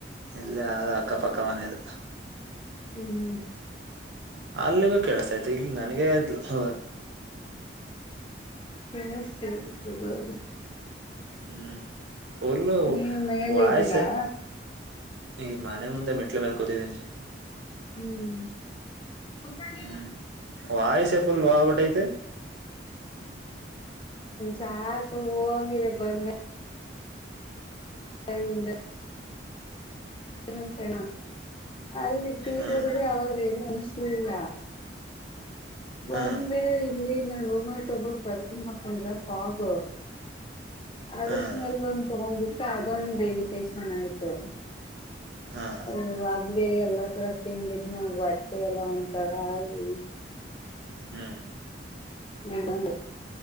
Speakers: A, on the right (about 70°); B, on the left (about 30°).
A: ಇಲ್ಲ ಅ ಅಕ್ಕಪಕ್ಕ ಮನೆದು.
B: ಹ್ಮ್ ಹ್ಮ್
A: ಅಲ್ಲಿ ಬ ಕೇಳಿಸೈತೆ ಇಲ್ಲಿ ನನಗೆ ಹ
B: ಹ್ಮ ಅಷ್ಟತೇ ಗಬರದು
A: ಹ್ಮ್ ಫುಲ್
B: ನೀವ್ ಮೇಲೆ
A: ವಾಯ್ಸ
B: ಇದ್ದೀರಾ
A: ಈಗ ಮನೆ ಮುಂದೆ ಮೆಟ್ಲೆ ಮೇಲ್ ಕೂತಿದ್ದೀನಿ
B: ಹ್ಮ್ ಅರಿ
A: ಹ್ಮ್ ವಾಯ್ಸೆ ಫುಲ್ ಆಗ್ಬಿಟ್ಟೈತೆ
B: ಸಾಕು ಹೋಗಿರ ಬಂದ ಹಗಿಂದ <unintelligible> ನ ಕಣ ಅಲ್ಲಿಟ್ಟ-ಟಿ
A: ಹ್ಮ್
B: ಕುಡ್ರೆ ಅವ-ವಾಗ ಏನು ಅನಿಸತ ಸಳಲ್ಲ
A: ಹ್ಮ್
B: ಒಂದೇ ಇಲ್ಲಿ ೋಮಟೋಬಲ್ ಪರಿಚು ಮಕ್ಕೊಂಡಲ್ಲ ಪಾಗ ಆಗಸ್ಟ್
A: ಹ್ಮ್
B: ನೆಲ್ ಒಂದು ತಗೊ್ಬೇಕಿು ಅದೊಂದು ಇರಿಟಷನ್ ಆಯ್ತು
A: ಹ್ಮ್
B: ಓ ಅ ೇ ಎಲ್ಲಾ ತರ ಕಿಂದಿದ್ನ ಬಟ್ಟೆ ಎಲ್ಲ ಒ ತರ ಆಗಿ
A: ಹ್ಮ್
B: ನಿಮ್ಮ